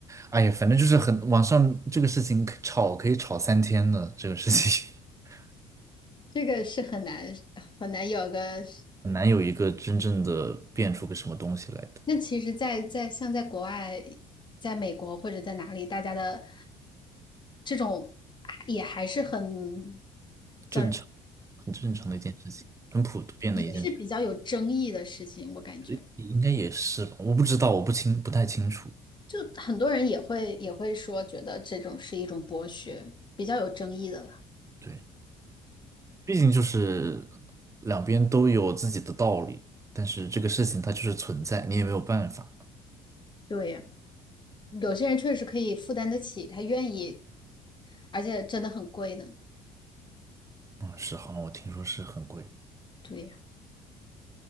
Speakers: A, on the right; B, on the left.
A: 哎呀，反正就是很，网上这个事情可吵可以吵三天的，这个事情 <laughs>
B: 这个是很难很难有个。
A: 很难有一个真正的变出个什么东西来的，
B: 那其实在，在像在国外，在美国或者在哪里，大家的这种也还是很叫什么，
A: 正常，很正常的一件事情，很普遍的一件事，
B: 也是比较有争议的事情，我感觉，
A: 情，应该也是吧，我不知道，我不清，不太清楚，
B: 就很多人也会也会说，觉得这种是一种剥削，比较有争议的了。
A: 对，毕竟就是两边都有自己的道理，但是这个事情它就是存在，你也没有办法，
B: 对呀，有些人确实可以负担得起，他愿意，而且真的很贵呢。
A: 嗯，是，好像我听说是很贵，
B: 对呀。